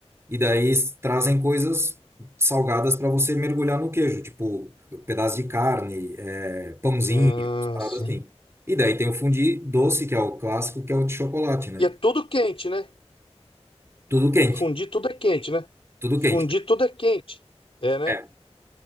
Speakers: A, on the right; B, on the left.
A: E daí s- trazem coisas salgadas para você mergulhar no queijo, tipo pedaço de carne, é, pãozinho,
B: Ah,
A: umas paradas
B: sim.
A: assim. E daí tem o fundi doce, que é o clássico, que é o de chocolate, né?
B: E é tudo quente, né?
A: Tudo quente,
B: Fundir tudo é quente, né?
A: tudo
B: Fundir
A: quente.
B: tudo é quente. É, né?
A: É,